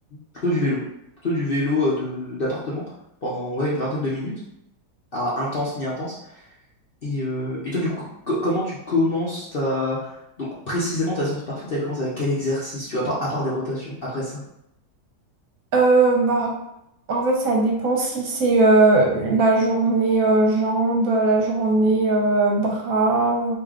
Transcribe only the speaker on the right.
Euh, bah, en fait, ça dépend si c'est euh, la journée euh, jambes, la journée euh, bras.